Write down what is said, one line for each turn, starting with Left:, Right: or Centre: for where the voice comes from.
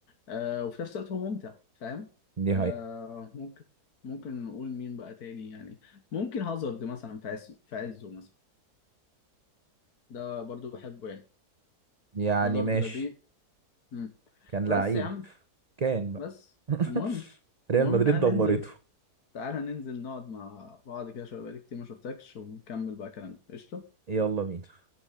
Left: آه وفي نفس الوقت هو ممتع فاهم
Right: دي
Left: آه
Right: حقيقة
Left: ممكن ممكن نقول مين بقى تاني يعني ممكن هازارد مثلا في عز في عزه مثلا ده برضو بحبه يعني
Right: يعني
Left: هازارد
Right: ماشي
Left: لذيذ مم.
Right: كان لعيب
Left: بس يا عم
Right: كان بقى
Left: بس
Right: <laughs>
Left: المهم
Right: ريال
Left: المهم
Right: مدريد
Left: تعالى
Right: دمرته
Left: ننزل تعالى ننزل نقعد مع بعض كده شوية بقالي كتير ما شفتكش ونكمل بقى كلامنا قشطة
Right: يلا بينا